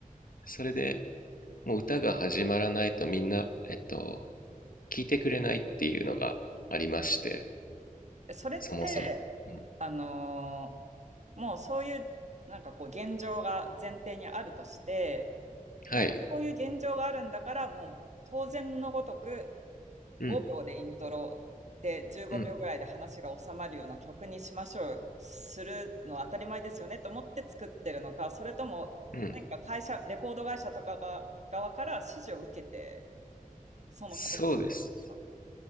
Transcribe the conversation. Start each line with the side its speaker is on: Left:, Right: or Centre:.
Left: それでもう歌が始まらないとみんな、えっと、聞いてくれないっていうのがありまして、
Right: えそれって、
Left: そもそも。うん、
Right: あのーもうそういう、なんかこう、現状が前提にあるとして、なんかこういう現状があるんだから、
Left: はい。
Right: もう当然のごとく、
Left: うん、
Right: 5秒でイントロで15秒ぐらいで話が収まるような曲にしましょう、
Left: うん、
Right: するのは当たり前ですよねと思って作ってるのか、それとも何か会社、
Left: うん。
Right: レコード会社とかが側から指示を受けて、その形になったんですか
Left: そうです。